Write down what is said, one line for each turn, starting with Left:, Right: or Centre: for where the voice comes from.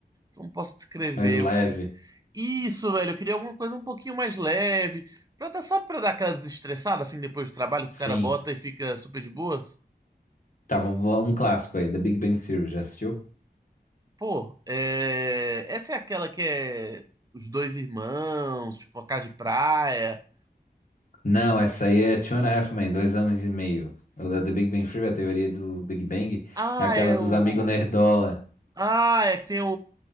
Right: como posso descrever?
Left: Mais leve?
Right: Eu que- Isso, velho, eu queria alguma coisa um pouquinho mais leve, pra dar, sabe, pra dar aquela desestressada assim depois do trabalho que
Left: Sim.
Right: o cara bota e fica super de boas.
Left: Tá, vamos, um clássico aí, The Big Bang Theory, já assistiu?
Right: Pô, é... essa é aquela que é os dois irmãos, tipo, a casa de praia.
Left: Não, essa aí é Two and a Half Men, dois homens e meio. É O The Big Bang Theory, a teoria do Big Bang,
Right: Ah,
Left: é aquela
Right: é
Left: dos
Right: o.
Left: amigos nerdola,
Right: Ah, é que tem o.